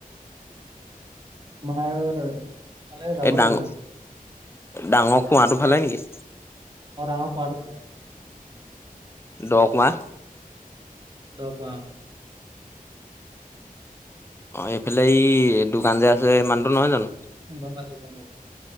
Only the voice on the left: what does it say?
এই ডাঙ,
ডাঙৰ কুৱাঁটোৰ ফালে নেকি?
দ' কুৱাঁ‌?
অ', এইফালে এই দোকান যে আছে মানুহটো নহয় জানো?